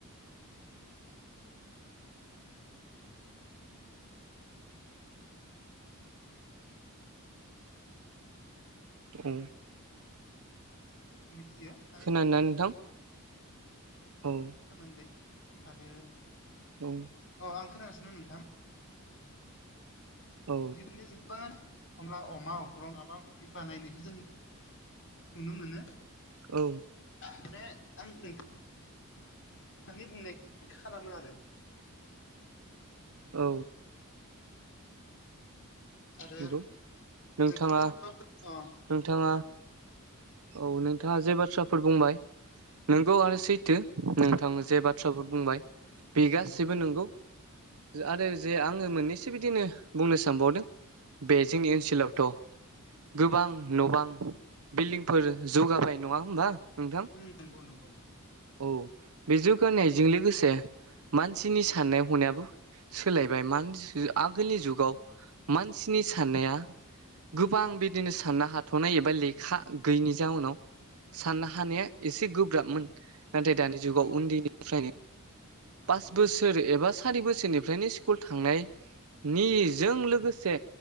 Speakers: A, on the right (about 80°); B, on the left (about 60°).
A: औ
B: बि मिथियो माने
A: खोनादोना नोंथां औ
B: सोमोन्दै आरो
A: औ
B: औ आं खोनागासिनो नोंथां
A: औ
B: बिदिनो <unintelligible> अनला अमा अख्रां माबा बानायनायखौ जों नुनो मोनो।
A: औ
B: माने आं नों नोंथांनि बुंनाय खालामो आरो
A: औ
B: आरो
A: नंगौ नोंथाङा
B: नोंथांनि माबाफोर अ
A: नोंथाङा औ नोंथाङा जे बाथ्राफोर बुंबाय नोंगौ आरो सैथो नोंथाङा जे बाथ्राफोर बुंबाय बे गासैबो
B: उम
A: नोंगौ आरो जे आङो मोननैसो बिदिनो बुंनो सानबावदों बे
B: नंगौ
A: जोंनि
B: औ
A: ओनसोलावथ' गोबां न बां बिल्डिं फोर जौगाबाय नङा होमबा नोंथां
B: उ नंगौ नंगौ
A: औ बे जौगानायजों लोगोसे मानसिनि साननाय हनायाबो सोलायबाय मा आगोलनि जुगाव मानसिनि साननाया गोबां बिदिनो साननो हाथ'नाय एबा लेखा गैयैनि जाउनाव साननो हानाया एसे गोब्राबमोन नाथाय दानि जुगाव
B: नंगौ
A: उन्दैनि फ्राय पास बोसोर एबा सारि बोसोरनिफ्रायनो स्कुल थांनाय नि जों लोगोसे